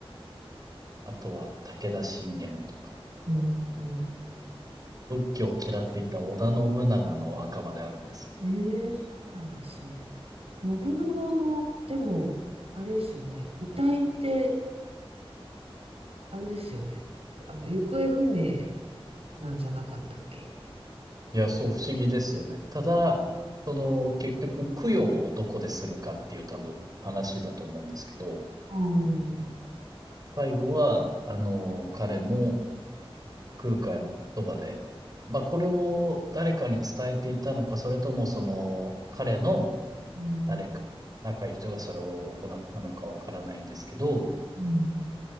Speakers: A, on the right; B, on the right.
A: あとは武田信玄とか、
B: うん。うん。
A: 仏教を嫌っていた織田信長のお墓まであるんですよ。
B: ええー、そうなんですね。信長の、でも、あれですよね。遺体って、あれですよね。あの、行方不明なんじゃなかったっけ
A: いや、そう、不思議ですよね。ただ、その、結局、供養をどこでするかっていう多分話だと思うんですけど、
B: うん。
A: 最後は、あの、彼も空海のそばで、まあ、これを誰かに伝えていたのか、それともその、彼の
B: うん。
A: 誰か、仲いい人がそれを行ったのかわからないんですけど、
B: うん。